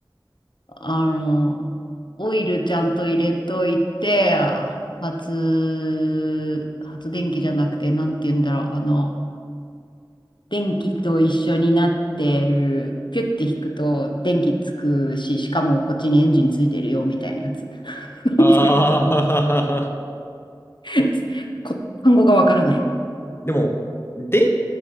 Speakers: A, on the left (about 70°); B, on the left (about 30°).
A: あの、オイルちゃんと入れといて、発、発電機じゃなくて、なんて言うんだろう、あの、電気と一緒になってる、ピュッて引くと電気つくし、しかもこっちにエンジンついてるよ、みたいなやつ。<laughs> なんていう、
B: ああ
A: <laughs> こ単語がわからない。
B: でも、電、